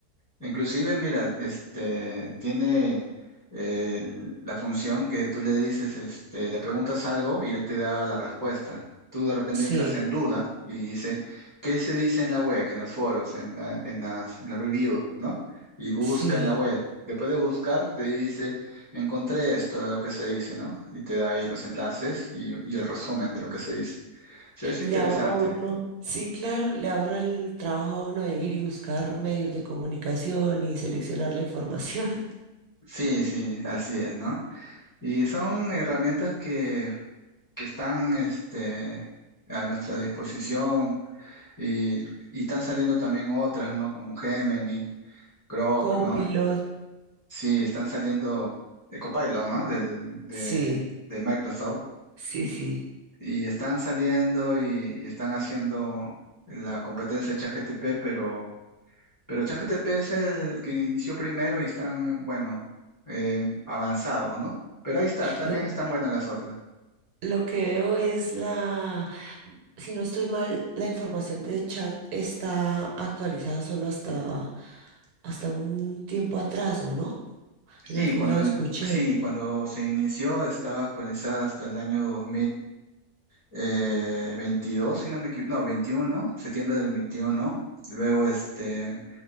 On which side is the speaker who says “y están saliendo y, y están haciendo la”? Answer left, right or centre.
Left